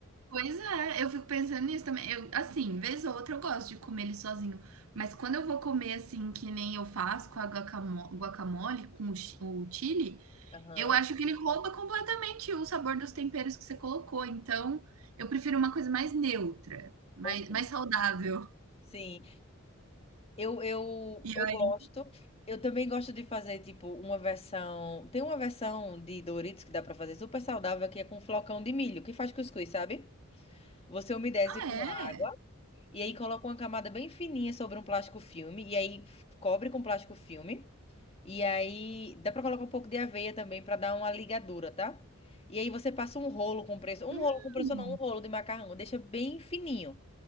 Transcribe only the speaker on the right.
Pois é, eu fico pensando nisso também. Eu, assim, vez ou outra eu gosto de comer ele sozinho, mas quando eu vou comer assim, que nem eu faço com a guacamo- guacamole, com o chi- o chili,
eu acho que ele rouba completamente o sabor dos temperos que você colocou. Então, eu prefiro uma coisa mais neutra, mais,
mais saudável.
E
aí,
ah,
é?
Hum.